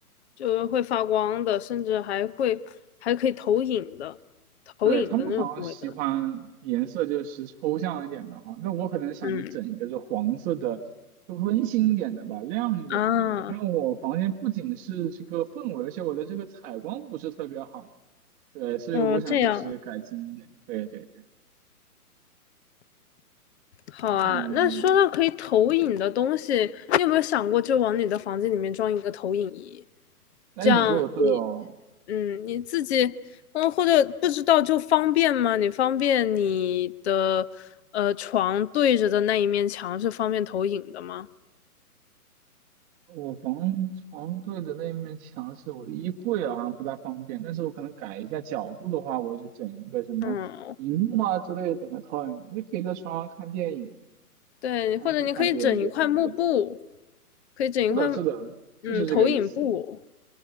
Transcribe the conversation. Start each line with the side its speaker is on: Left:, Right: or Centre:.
Left: 就是会发光的，甚至还会还可以投影的，投影的那种氛围灯，
Right: 对，他们好像喜欢颜色就是抽象一点的哈，那我可能想着整一个就黄色的，
Left: 嗯
Right: 就温馨一点的吧，亮一点的那个。
Left: 啊，
Right: 因为我房间不仅是这个氛围，而且我的这个采光不是特别好，对，所以我想就是改进一点。
Left: 哦这样，
Right: 对对对，
Left: 好啊。
Right: 嗯，
Left: 那说到可以投影的东西，你有没有想过就往你的房间里面装一个投影仪？
Right: 哎，
Left: 这样你
Right: 你说的对哦，
Left: 嗯你自己嗯或者不知道就方便吗？你方便你的呃床对着的那一面墙是方便投影的吗？
Right: 我房床对的那面墙是我的衣柜啊，好像不太方便，但是我可能改一下角度的话，我就整一个什么荧幕啊之类的，
Left: 嗯，
Right: 整个投影，就可以在床上看电影。
Left: 对，
Right: 看剧看电影也方便。
Left: 或者你可以整一块幕布，可以整一块，
Right: 是的，是的，就是这个意思。
Left: 嗯，投影布，